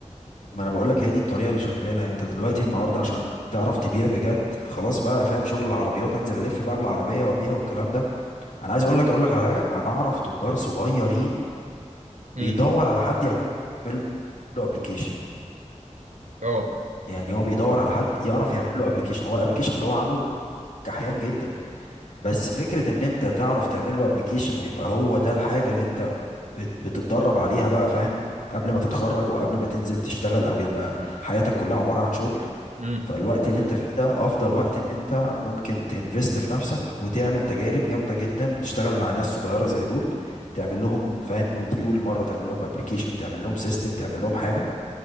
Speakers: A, on the left (about 80°); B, on the right (about 70°).
A: ما انا بقول لك هي دي الطريقه اللي شغاله انت دلوقتي النهارده عشان تعرف تبيع بجد خلاص بقى فاهم شغل العربيات انزل الف بقى بالعربيه وابيع والكلام ده انا عايز اقول لك اقول لك على حاجه انا اعرف تجار صغيرين بيدور
B: امم
A: على حد يعمل له ابلكيشن
B: اه
A: يعني هو بيدور على حد يعرف يعمل له ابلكيشن هو الابلكيشن اللي هو عامله كحيان جدا بس فكره ان انت تعرف تعمل له ابلكيشن ويبقى هو ده الحاجه اللي انت بت- بتتدرب عليها بقى فاهم قبل ما تتخرج وقبل ما تنزل تشتغل او يبقى حياتك كلها عباره عن شغل
B: امم
A: فالوقت اللي انت فيه ده افضل وقت ان انت ممكن تنفست في نفسك وتعمل تجارب جامده جدا وتشتغل مع ناس صغيره زي دول تعمل لهم فاهم موديول مره تعمل لهم ابلكيشن تعمل لهم سيستم تعمل لهم حاجه